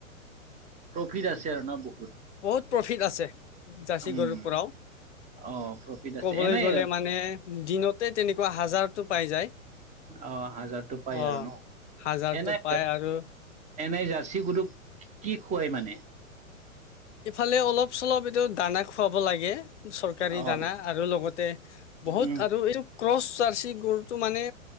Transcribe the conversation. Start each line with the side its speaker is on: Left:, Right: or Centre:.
Right: প্ৰফিট আছে আৰু ন বহুত
Left: বহুত প্ৰফিট আছে জাৰ্চী
Right: উম
Left: গৰুৰ পৰাও।
Right: অ প্ৰফিট আছে
Left: ক'বলৈ
Right: এনেই
Left: গ'লে মানে দিনতে তেনেকুৱা হাজাৰটো পাই যায়।
Right: অ হাজাৰ টো পাই
Left: অ'।
Right: আৰু ন।
Left: হাজাৰটো
Right: এনে
Left: পায় আৰু
Right: এনেই জাৰ্চি গৰুক কি খুৱাই মানে?
Left: ইফালে অলপ-চলপ এইটো দানা খুৱাব লাগে। চৰকাৰী
Right: অ
Left: দানা, আৰু লগতে বহুত
Right: উম
Left: আৰু এইটো ক্ৰচ চি গৰুটো মানে